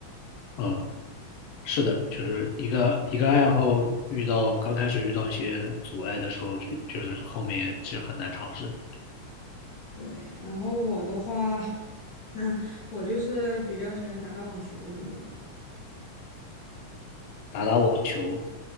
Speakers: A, on the left; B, on the left.
A: 嗯。是的，就是一个一个爱好，遇到刚开始遇到一些阻碍的时候，就就是后面其实很难尝试的。
B: 对，然后我的话，嗯，我就是比较喜欢打打网球什么的吧。
A: 打打网球